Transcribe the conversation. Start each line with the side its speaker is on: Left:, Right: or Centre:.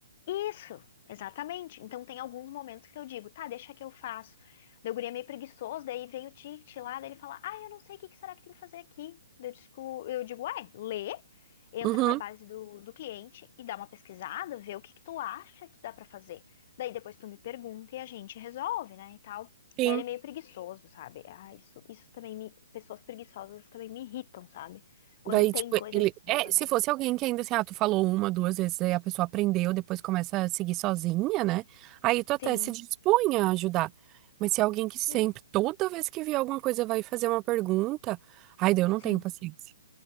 Left: isso, exatamente. Então tem alguns momentos que eu digo, tá, deixa que eu faço. Daí o guri é meio preguiçoso, daí vem o ticket lá, daí ele fala, ah, eu não sei o que que será que tem que fazer aqui. Daí eu digo, eu digo, ué, lê, entra
Right: Uhum,
Left: na base do, do cliente e dá uma pesquisada, vê o que que tu acha que dá pra fazer. Daí depois tu me pergunta e a gente resolve, né, e tal.
Right: sim.
Left: Daí ele é meio preguiçoso, sabe? Ah, isso, isso também me, pessoas preguiçosas também me irritam, sabe? Quando
Right: Daí,
Left: tem
Right: tipo,
Left: coisas
Right: ele.
Left: pra
Right: É,
Left: fazer.
Right: se fosse alguém que ainda assim, ah, tu falou uma, duas vezes, aí a pessoa aprendeu, depois começa a seguir sozinha, né? Aí tu até
Left: Sim,
Right: se dispõe a ajudar. Mas se é alguém que sempre,
Left: sim,
Right: toda vez que vê alguma coisa, vai fazer uma pergunta, ai, daí eu não
Left: sim.
Right: tenho paciência.